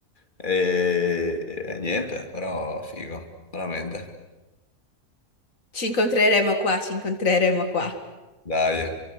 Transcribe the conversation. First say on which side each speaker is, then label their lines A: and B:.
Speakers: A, on the left (about 35°); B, on the left (about 80°).
A: e, e niente, però figo, veramente,
B: Ci incontreremo qua, ci incontreremo qua.
A: dai.